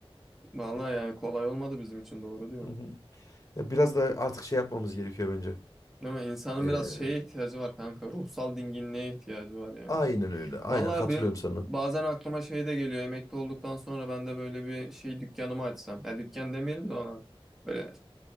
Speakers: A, in the centre; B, on the left (about 35°).
A: Vallahi
B: Ya,
A: yani kolay olmadı bizim için doğru diyorum.
B: Hı hı. Ya biraz da artık şey yapmamız gerekiyor bence.
A: Değil mi? İnsanın
B: Ee,
A: biraz şeye ihtiyacı var kanka. Ruhsal dinginliğe ihtiyacı var yani.
B: aynen öyle. Aynen
A: Vallahi
B: katılıyorum
A: ben
B: sana.
A: bazen aklıma şey de geliyor. Emekli olduktan sonra ben de böyle bir şey dükkanımı açsam. Ya dükkan demeyelim de ona. Böyle